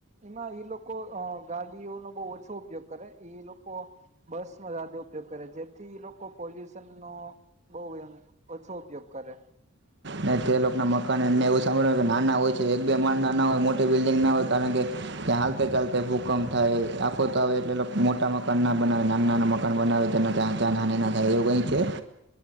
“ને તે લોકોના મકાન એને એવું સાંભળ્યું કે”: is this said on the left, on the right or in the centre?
Right